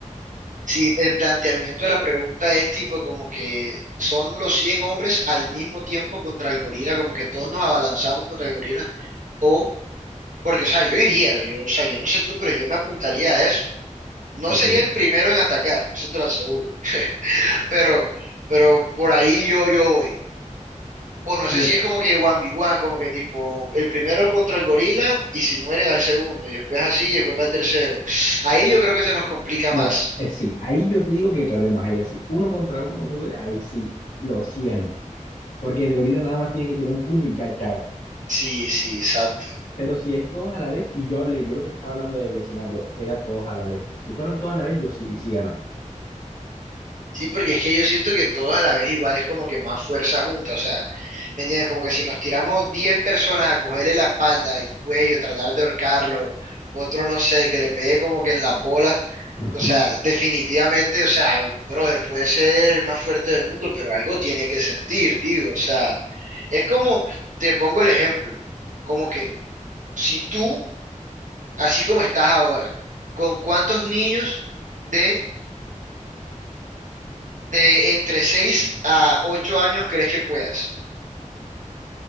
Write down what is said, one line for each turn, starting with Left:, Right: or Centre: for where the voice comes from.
Right: Sí, el planteamiento de la pregunta es tipo como que son los 100 hombres al mismo tiempo contra el gorila, como que todos nos abalanzamos contra el gorila, o, porque, o sea, yo iría, yo, o sea, yo no sé tú, pero yo me apuntaría a eso. No
Left: Ok.
Right: sería el primero en atacar, eso te lo aseguro, pero, pero por ahí yo, yo voy. O no
Left: Mira,
Right: sé si es como que 1v1, como que tipo, el primero contra el gorila y si muere va el segundo, y después así, y después va el tercero. Ahí yo creo que se nos complica
Left: mira,
Right: más.
Left: eh, sí, ahí yo te digo que perdemos, ahí así, uno contra uno contra el gorila, ahí sí, los cien porque el gorila nada más tiene que tirar un puño y ya, chao.
Right: Sí, sí, exacto.
Left: Pero si es todos a la vez, y yo hablé, yo lo que estaba hablando del escenario, era todos a la vez. Si fueran todos a la vez, yo sí, sí ganamos.
Right: Sí, porque es que yo siento que todos a la vez igual es como que más fuerza junta, o sea, ¿me entiendes? Como que si nos tiramos 10 personas a cogerle la espalda, el cuello, tratar de ahorcarlo, otro no sé, que le pegue como que en las bolas,
Left: <laughs>
Right: o sea, definitivamente, o sea, brother, puede ser el más fuerte del mundo, pero algo tiene que sentir, digo, o sea, es como, te pongo el ejemplo, como que si tú, así como estás ahora, ¿con cuántos niños de de entre 6 a 8 años crees que puedas?